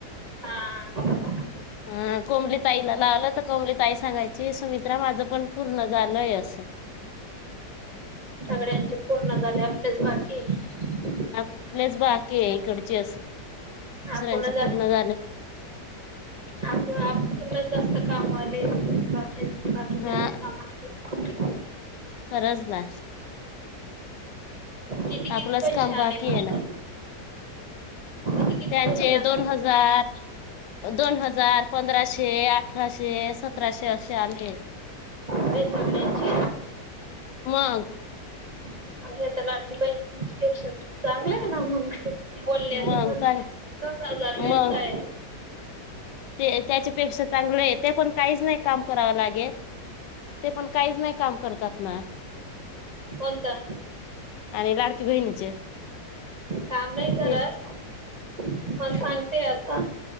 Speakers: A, on the right (about 60°); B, on the left (about 80°).
A: हा
B: हा कोमली ताईला लावलं तर कोमली ताई सांगायची सुमित्रा माझं पण पूर्ण झालय स
A: सगळ्यांचे पूर्ण झाले आपलेच बाकीये
B: आपलेच बाकी इकडचे दुसऱ्यांच
A: आपणच आत-
B: पूर्ण झालं
A: आप आपल जास्त काम आले बा बाकीच्याचे
B: हा
A: काम
B: खरंच ना
A: किती
B: आपलंच
A: किती पैसे
B: काम बाकी
A: आले मग
B: आहे ना
A: किती किती
B: त्यांचे
A: पैसे आले
B: दोन हजार, दोन हजार, पंधराशे अठराशे सत्राशे अशे आले
A: ते सगळ्यांचे
B: मग
A: मग हे तर लाडकी बहीणपेक्षा चांगलं आहे ना मग बोलण्याचे
B: मग
A: पण
B: चांग
A: दस हजार भेटताय
B: मग ते त्याच्यापेक्षा चांगलं आहे ते पण काहीच नाही काम करावं लागेल ते पण काहीच नाही काम करतात ना
A: कोणता
B: आणि लाडकी बहिणीचे
A: काम नाही करत
B: तेच
A: पण सांगते असं